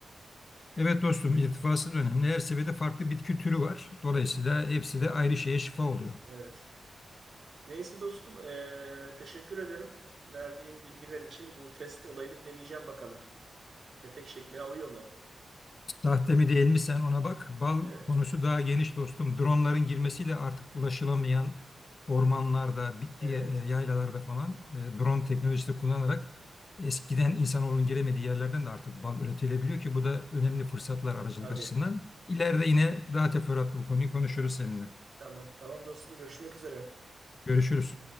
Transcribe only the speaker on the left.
Evet dostum, irtifası da önemli. Her seviyede farklı bitki türü var. Dolayısıyla
hepsi de ayrı şeye şifa oluyor.
Sahte mi değil mi sen ona bak. Bal
konusu daha geniş dostum. Dronların girmesiyle artık ulaşılamayan ormanlarda, bitki
e, yaylalarda falan e, drone teknolojisi kullanarak eskiden insanoğlunun giremediği yerlerden de artık bal üretilebiliyor ki bu da önemli fırsatlar aracılık
açısından. İleride yine daha teferruatlı bu konuyu konuşuruz seninle.
Görüşürüz.